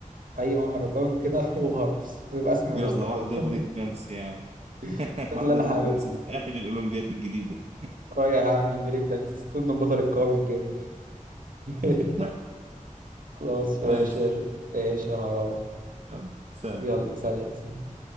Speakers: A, on the right; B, on the right.
A: اي مهرجان كده <laughs> وهرقص ويبقى اسمي مارس
B: يلا
A: رياضه
B: واحده بريك دانس يعني
A: <laughs>
B: <laughs>
A: ده
B: واحدة
A: اللي انا
B: بريك
A: هعمله
B: دانس هتتأهل الأولمبيات الجديدة
A: رايح هعمل بريك دانس طول من بطل القوام الجاي <laughs>
B: <laughs>
A: خلاص ماشي
B: ماشي
A: يا ش- ماشي يا هراء
B: يلا سلام
A: يلا سلام سلام